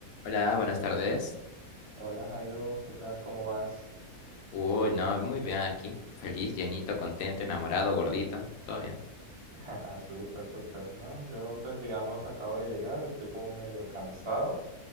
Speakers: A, on the left; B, on the right.
A: Hola, buenas tardes.
B: Hola Jairo, ¿qué tal? ¿Cómo vas?
A: Uy, no, muy bien aquí. Feliz, llenito, contento, enamorado, gordito. Todo bien.
B: <laughs> Jaja, súper, súper. No, yo pues digamos acabo de llegar, estoy como medio cansado.